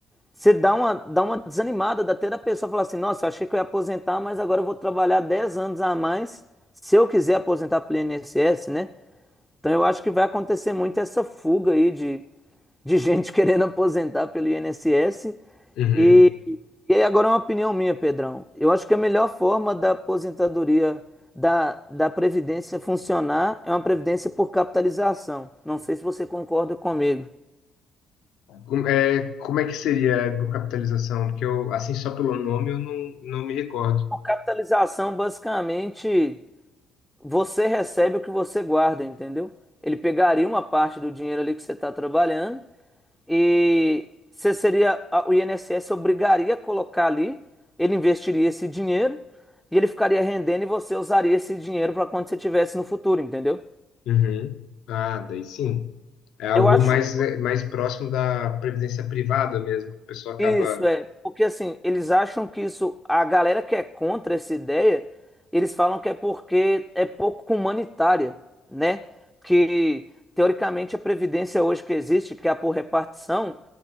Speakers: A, in the centre; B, on the left.
A: você dá uma, dá uma desanimada, dá até da pessoa falar assim: nossa, eu achei que eu ia aposentar, mas agora eu vou trabalhar 10 anos a mais se eu quiser aposentar pelo INSS, né? Então eu acho que vai acontecer muito essa fuga aí de, de gente <laughs> querendo aposentar pelo INSS.
B: Uhum.
A: E, e aí agora é uma opinião minha, Pedrão. Eu acho que a melhor forma da aposentadoria, da, da Previdência funcionar é uma Previdência por capitalização. Não sei se você concorda comigo.
B: Como é, como é que seria a capitalização? Porque eu, assim, só pelo nome, eu não, não me recordo.
A: Por capitalização, basicamente. você recebe o que você guarda, entendeu? Ele pegaria uma parte do dinheiro ali que você está trabalhando e você seria, a- o INSS obrigaria a colocar ali, ele investiria esse dinheiro e ele ficaria rendendo e você usaria esse dinheiro para quando você tivesse no futuro, entendeu?
B: Uhum. Ah, daí sim. É algo
A: Eu acho
B: mais, é, mais próximo da previdência privada mesmo. A pessoa acaba.
A: Isso é, porque assim, eles acham que isso, a galera que é contra essa ideia, eles falam que é porque é pouco humanitária, né? Que teoricamente a previdência hoje que existe, que é a por repartição,